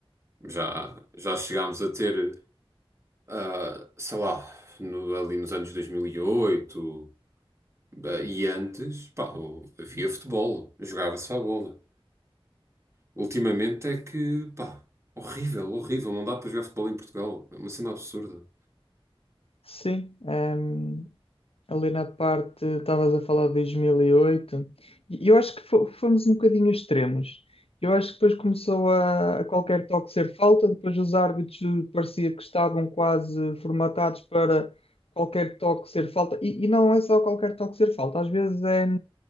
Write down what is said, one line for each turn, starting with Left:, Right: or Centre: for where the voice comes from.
Right: Já, já chegámos a ter, ah, sei lá, no- ali nos anos 2008, ah, e antes, pá, o- havia futebol, jogava-se à bola. Ultimamente é que, pá, horrível, horrível. Não dá para jogar futebol em Portugal. É uma cena absurda.
Left: Sim, ehm, ali na parte, estavas a falar de 2008, e oito, e eu acho que fo- fomos um bocadinho extremos. Eu acho que depois começou a, a qualquer toque ser falta, depois os árbitros parecia que estavam quase formatados para qualquer toque ser falta, e, e não é só qualquer toque ser falta, às vezes é,